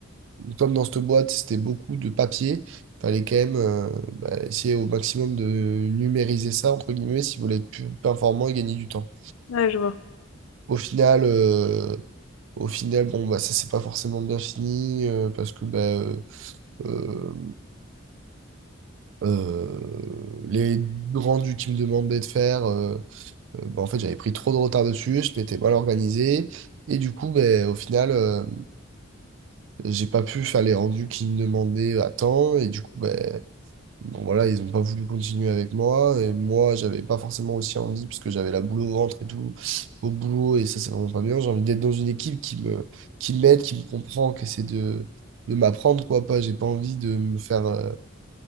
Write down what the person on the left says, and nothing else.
Ouais, je vois.